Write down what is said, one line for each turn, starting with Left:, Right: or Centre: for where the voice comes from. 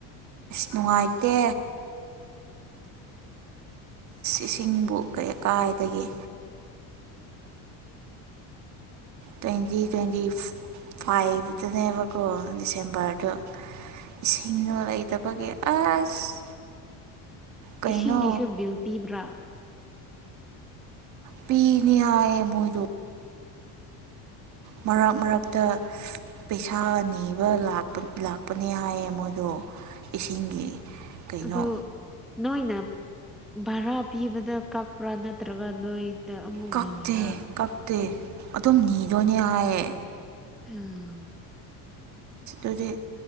Right: ꯅꯨꯡꯉꯥꯏꯇꯦ ꯏꯁꯤꯡꯕꯨ ꯀꯥꯏꯗꯒꯤ ꯇ꯭ꯋꯦꯟꯇꯤ ꯇ꯭ꯋꯦꯟꯇꯤ ꯐꯥꯏꯚꯇꯅꯦꯕꯀꯣ ꯗꯤꯁꯦꯝꯕꯔꯗ ꯏꯁꯤꯡꯗꯣ ꯂꯩꯇꯕꯒꯤ ꯑꯁ ꯀꯩꯅꯣ
Centre: ꯏꯁꯤꯡꯒꯤꯁꯨ ꯕꯤꯜ ꯄꯤꯕ꯭ꯔꯥ
Right: ꯄꯤꯅꯤꯌꯥꯑ ꯃꯗ ꯃꯔꯛ ꯃꯔꯇ ꯄꯩꯁꯥ ꯅꯤꯕ ꯂꯥꯛꯄ ꯂꯥꯛꯄꯅꯦ ꯍꯥꯏꯌꯦ ꯃꯣꯏꯗꯣ ꯏꯁꯤꯡꯒꯤ ꯀꯩꯅꯣ
Centre: ꯑꯗꯨꯗꯣ ꯅꯣꯏꯅꯝ ꯚꯔꯥ ꯄꯤꯕꯗ ꯀꯛꯄ꯭ꯔꯥ ꯅꯠꯇ꯭ꯔꯒ ꯅꯣꯏꯗ ꯑꯃꯨꯛ
Right: ꯀꯛꯇꯦ
Centre: ꯅꯤꯕ꯭ꯔꯥ
Right: ꯀꯛꯇꯦ ꯑꯗꯨꯝ ꯅꯤꯗꯣꯏꯅꯦ ꯍꯥꯏꯌꯦ
Centre: ꯑꯥ
Right: ꯑꯗꯨꯗꯤ